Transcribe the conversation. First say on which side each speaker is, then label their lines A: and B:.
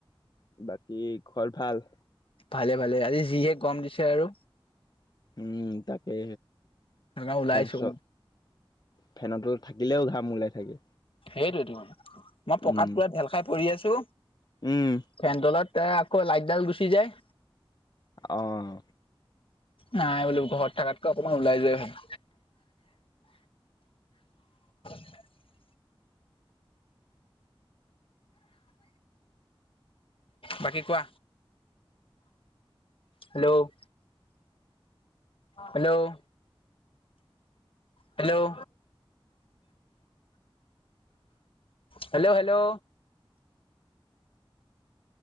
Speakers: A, on the left (about 45°); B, on the left (about 70°).
A: বাকী ঘৰ ভাল?
B: ভালে-ভালে আজি যিহে গম দিছে আৰু।
A: উম', তাকে
B: সেইকাৰণে ওলাই
A: ফেন
B: আহিছো
A: চ
B: অকমান।
A: ফেনতো থাকিলেও ঘাম ওলাই থাকে।
B: সেইটোৱটো মানে, মই পকাত
A: উম
B: পুৰা ঢেল খাই পৰি আছো।
A: উম
B: ফেন তলত এ আক লাইটডাল গুচি যায়।
A: অ'।
B: নাই বোলো ঘৰত থকাতকে অকমান ওলাই যোৱাই ভাল। <unintelligible> বাকী কোৱা, hello? Hello hello? Hello hello?